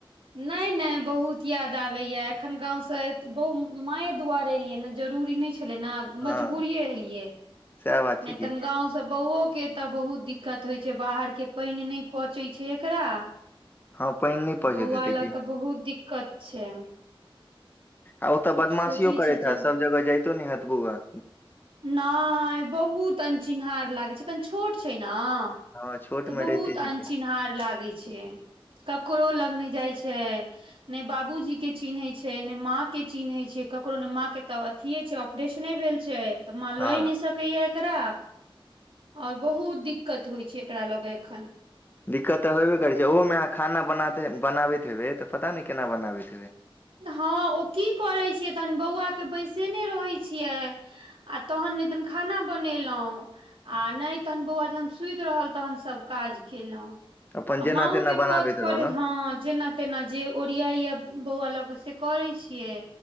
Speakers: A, on the right (about 70°); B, on the left (about 20°).
A: नहि नहि बहुत याद आबैय एखन गाँवसँ बहु मायए दुआर एलियैन जरूरी जरूरि नै छलै न मजबुरीये
B: हँ
A: एलीयै नहि
B: सएह बात छै
A: त
B: कि
A: गांव सँ‌ ब‌उआ के तऽ बहुत दिक्कत होइ छै बाहर के पाइन नहि पचै छै एकरा
B: हँ पानि नहि
A: तऽ
B: पचैत
A: बौआ
B: हेतै
A: लऽ
B: की
A: कऽ बहुत दिक्कत छै
B: आ ओतऽ
A: आब
B: बदमाशियो
A: सोचै
B: करैत
A: छी जे
B: हेत सब जगह जइतो न हेतबौआ
A: नहि बहुत अनचिन्हार लागै छै कनी छोट छै ने हँ
B: हँ छोट
A: त
B: मे
A: बहुत
B: रहिते छै
A: अनचिन्हार
B: कि
A: लागै छै कख करो लग नहि जाइ छै ने बाबूजी के चिन्है छै ने माँ के चिन्है छै ककरो न माँ के तऽ अथीय छै ऑपरेशने भेल छै तऽ माँ लय
B: हँ
A: नहि सकैया एकरा आओर बहुत दिक्कत होइ छै एकरा लऽ के एखन
B: दिक्कत तऽ होेबे करै छै ओहोमे अहाँ खाना बनाबैत हेबै तऽ पता नहि केना बनाबैत हेबै
A: हँ ओ की करै छै छ तहन बौआ के बैसेने रहै छियै आ तहन नहि तन खाना बनेलहुं आ नहि तहन बौआ जखन सुति रहल तहन सभ काज केलहुँ
B: अपन
A: आ
B: जेना
A: माओ
B: तेना
A: के
B: बनाबैत
A: कथ पर
B: रहलहुँ
A: हँ जेना तेना जे ओरियाइ या बौआ लऽ कऽ से करै छियै